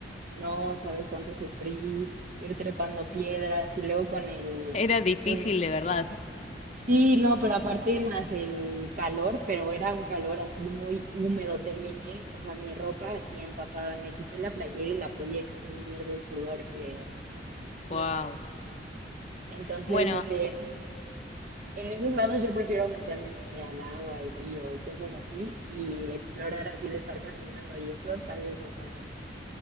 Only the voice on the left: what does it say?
era difícil
de verdad.
Wow.
Bueno,